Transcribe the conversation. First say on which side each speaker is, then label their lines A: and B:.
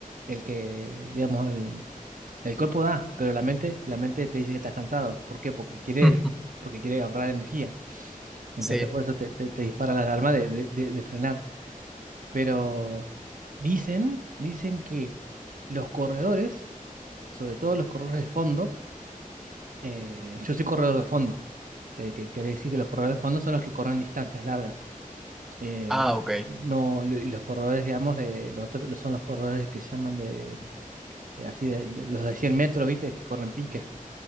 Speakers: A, on the right; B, in the centre.
A: el que, digamos, el, el cuerpo da, pero la mente, la mente te dice que estás cansado. ¿Por qué? Porque quiere,
B: <laughs>
A: porque quiere ahorrar energía. Entonces
B: Sí.
A: por eso te, te- te dispara la alarma de, de- de- de frenar. Pero dicen, dicen que los corredores, sobre todo los corredores de fondo, eh, yo soy corredor de fondo que, que quiere decir que los corredores de fondo son los que corren distancias largas. Eh,
B: Ah, ok.
A: no, lo- y los corredores, digamos, de, los otros son los corredores que se llaman de, eh, así, de, de- los de 100 metros, ¿viste? Que corren piques,